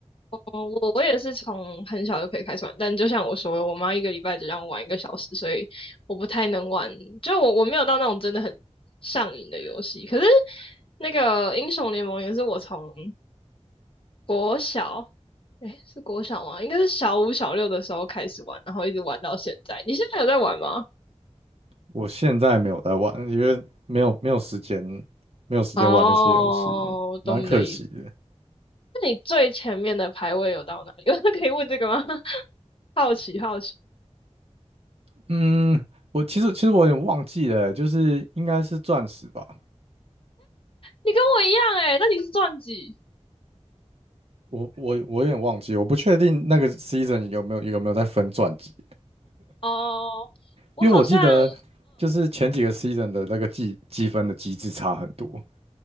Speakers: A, on the left; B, on the right.
A: 哦我我也是从很小就可以开始玩，但就像我说的，我妈一个礼拜只让我玩一个小时，所以我不太能玩。就我我没有到那种真的很上瘾的游戏。可是那个英雄联盟也是我从国小，诶，是国小吗？应该是小五小六的时候开始玩，然后一直玩到现在。你现在有在玩吗？
B: 我现在没有在玩，因为没有没有时间，没有时间玩那些游戏，
A: 哦，我懂你的意思。
B: 蛮可惜的。
A: 那你最前面的排位有到哪里？<laughs> 可以问这个吗？<laughs> 好奇好奇。
B: 嗯，我其实其实我有点忘记了，就是应该是钻石吧，
A: 你跟我一样诶，那你是钻几？
B: 我我我有点忘记，我不确定那个 season 有没有有没有在分传记，
A: 哦，我好像，
B: 因为我记得就是前几个
A: 呃，
B: season 的那个计积分的机制差很多。